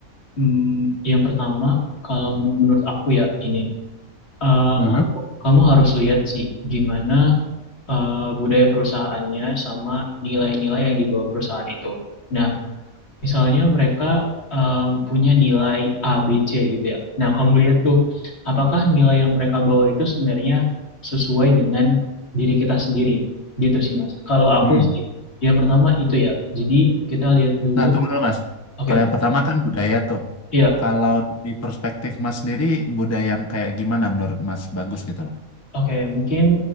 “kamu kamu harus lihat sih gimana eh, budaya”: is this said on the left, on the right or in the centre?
Left